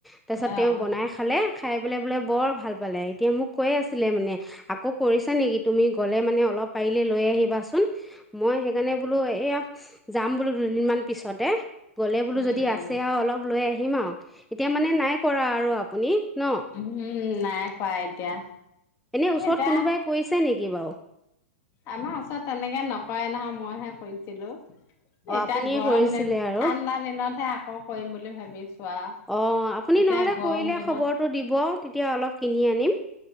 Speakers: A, in the centre; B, on the left (about 35°).
A: তাৰ পিছত
B: অ',
A: তেওঁ বনাই খালে খাই পেলাই বোলে বৰ ভাল পালে, এতিয়া মোক কৈ আছিলে মানে আকৌ কৰিছা নেকি তুমি গ'লে মানে অলপ পাৰিলে লৈ আহিবাচোন মই সেইকাৰণে বোলো এয়া যাম বোলো দুদিন মান পিছতে গ'লে বোলো
B: উম।
A: যদি আছে আৰু অলপ লৈ আহি হিমা এতিয়া মানে নাই কৰা আৰু আপুনি ন
B: উম উম নাই কোৱা
A: এনেই ওচৰত
B: এতিয়া
A: কোনোবাই কৰিছে নেকি বাৰু
B: আমাৰ ওচৰত তেনেকে নকৰে নহয় মইহে কৰিছিলো
A: অঁ
B: এতিয়া
A: আপুনিয়ে
B: গৰম
A: কৰিছিলে
B: দিন
A: আৰু
B: ঠাণ্ডা দিনতহে আকৌ কৰিম বুলি ভাবিছো আৰু
A: অ আপুনি
B: এতিয়া
A: নহলে
B: গৰম
A: কৰিলে
B: দিনত
A: খবৰটো দিব, তেতিয়া অলপ কিনি আনিম।